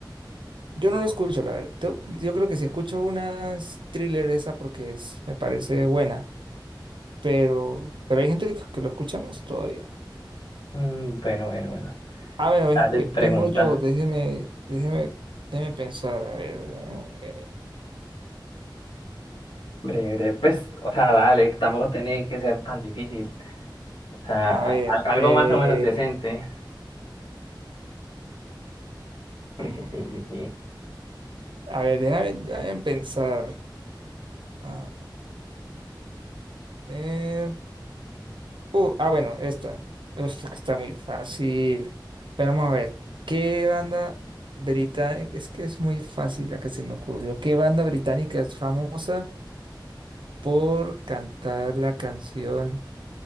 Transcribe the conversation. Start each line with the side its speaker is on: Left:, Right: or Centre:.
Right: Yo no lo escucho, la verdad. Yo, yo creo que si escucho unas thriller esa porque es, me parece buena, pero, pero hay gente que, que lo escucha más todavía.
Left: Mm, bueno, bueno, bueno.
Right: Ah, bueno, ven-
Left: Dale,
Right: ven-
Left: pregunta.
Right: vengo yo, déjeme, déjeme, déjeme pensar, a ver. eh,
Left: Breve, pues, o sea, dale, tampoco tiene que ser tan difícil. O sea,
Right: A
Left: a-
Right: ver,
Left: al- algo
Right: eh,
Left: más o menos decente. Por
Right: mm,
Left: eso sí, sí.
Right: a ver, déjame, déjame pensar. A ver. Uh, ah, bueno, esta. Esta que está muy fácil. Pero vamos a ver. ¿Qué banda británica? Es que es muy fácil la que se me ocurrió. ¿Qué banda británica es famosa por cantar la canción